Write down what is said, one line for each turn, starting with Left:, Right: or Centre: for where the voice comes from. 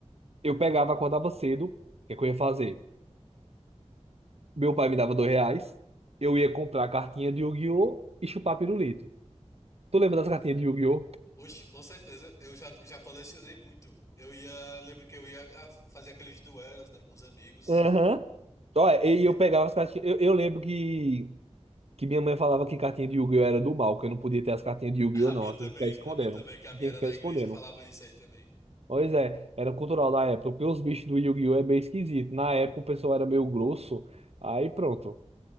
Right: eu pegava, acordava cedo, o que é que eu ia fazer? Meu pai me dava dois reais, eu ia comprar cartinha de Yu-Gi-Oh! e chupar pirulito. Tu lembra
Left: Hum.
Right: das cartinhas de Yu-Gi-Oh?
Left: Oxe, com certeza, eu já, já colecionei muito. Eu ia, lembro que eu ia ah, fazer aqueles duelos, né, com os amigos.
Right: Aham. Ó, e
Left: E-
Right: eu pegava as cartinhas. Eu, eu lembro que, que minha mãe falava que cartinha de Yu-Gi-Oh! era do mal, que eu não podia ter as cartinhas
Left: <laughs>
Right: de Yu-Gi-Oh!
Left: A
Right: não,
Left: minha
Right: eu
Left: também,
Right: tinha que ficar escondendo.
Left: a minha também, que a minha
Right: Tinha
Left: era
Right: que ficar
Left: da
Right: escondendo.
Left: igreja e falava isso aí também.
Right: Pois é, era cultural da época, porque os bichos do Yu-Gi-Oh! é meio esquisito. Na época o pessoal era meio grosso, aí pronto.